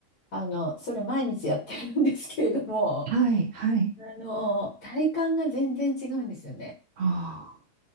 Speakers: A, on the left; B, on the right.
A: あの、それ毎日やってるんですけれども、
B: はい、はい。
A: あの、体感が全然違うんですよね。
B: ああ。